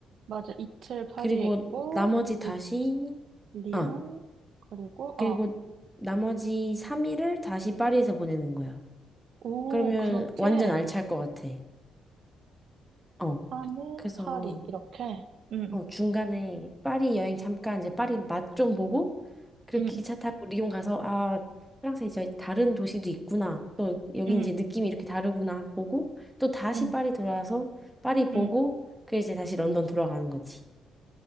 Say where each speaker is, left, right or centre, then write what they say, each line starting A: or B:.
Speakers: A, on the right (about 65°); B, in the centre.
A: 맞아. 이틀 파리에
B: 그리고
A: 있고,
B: 나머지 다시
A: 이틀 리옹,
B: 아,
A: 그리고,
B: 그리고
A: 어,
B: 나머지 3일을 다시 파리에서 보내는 거야.
A: 오,
B: 그러면
A: 그렇게,
B: 완전 알찰 것 같아. 어.
A: 3일
B: 그래서
A: 파리, 이렇게. 응,
B: 어, 중간에 파리 여행 잠깐 이제 파리 맛 좀 보고 그리고
A: 응,
B: 기차 타고 리옹 가서 아 프랑스에 이제 다른 도시도 있구나 또 여기
A: 응,
B: 이제 느낌이 이렇게 다르구나 하고 보고 또 다시
A: 응,
B: 파리 돌아와서 파리 보고
A: 응.
B: 그 이제 다시 런던 돌아가는 거지.